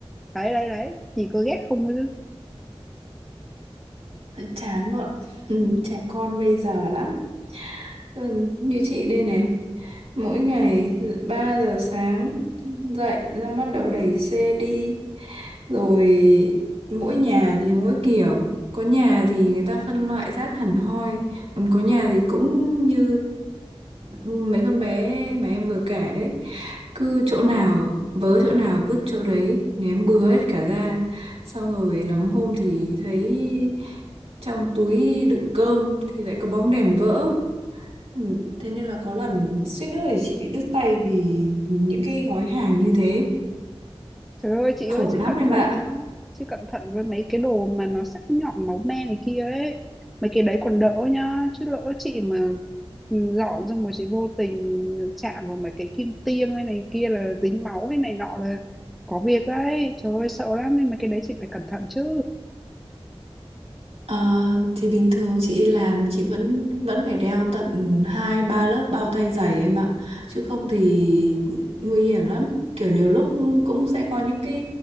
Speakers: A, in the centre; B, on the right.
A: đấy đấy đấy nhìn có ghét không chứ.
B: chán bọn ừ, trẻ con bây giờ lắm Ừ, như chị đây này mỗi ngày 3 giờ sáng dậy ra bắt đầu đẩy xe đi rồi mỗi nhà thì mỗi kiểu có nhà thì người ta phân loại rác hẳn hoi còn có nhà thì cũng như mấy con bé mà em vừa kể đấy cứ chỗ nào vớ chỗ nào vứt chỗ đấy ném bừa hết cả ra xong rồi lắm hôm thì thấy trong túi đựng cơm thì lại có bóng đèn vỡ Ừ, thế nên là có lần suýt nữa thì chị bị đứt tay vì những cái gói hàng như thế
A: Trời ơi chị
B: khổ
A: ơi chị
B: lắm
A: cẩn
B: em
A: thận
B: ạ
A: nhá Chị cẩn thận với mấy cái đồ mà nó sắc nhọn máu me này kia ấy Mấy cái đấy còn đỡ nhá Chứ lỡ chị mà ừ, dọn xong rồi chị vô tình chạm vào mấy cái kim tiêm hay này kia là dính máu hay này nọ là có việc đấy Trời ơi sợ lắm nên mấy cái đấy chị phải cẩn thận chứ
B: Ờ, thì bình thường chị đi làm chị vẫn vẫn phải đeo tận hai ba lớp bao tay dày em ạ chứ không thì nguy hiểm lắm kiểu nhiều lúc cũng sẽ có những cái